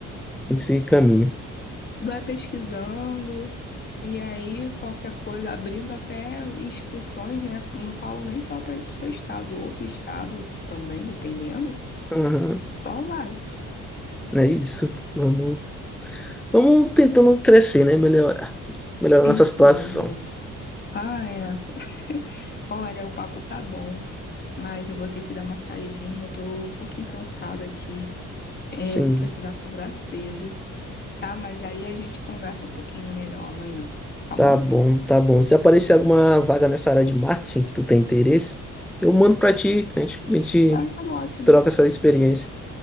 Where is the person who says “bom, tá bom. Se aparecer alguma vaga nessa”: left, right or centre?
Centre